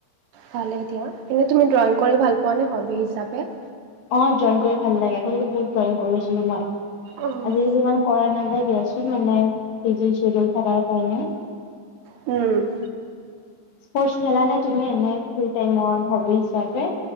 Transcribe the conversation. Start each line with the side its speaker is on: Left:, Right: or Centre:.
Right: ভালে দিয়া এনেই তুমি ড্ৰয়িং কৰি ভাল পোৱা নে হবি হিচাপে?
Left: অ ড্ৰয়িং কৰি ভাল লাগে আকৌ যদি বহুত ড্ৰয়িং কৰি আছিলো মই,
Right: উম
Left: আজিকালি মান- কৰা নাযায় দিয়াচোন মানে বিজি চিডিউল থকাৰ কাৰণে।
Right: উম
Left: স্পৰ্টছ খেলা নে তুমি এনে ফ্ৰী টাইমৰ হবি হিচাপে?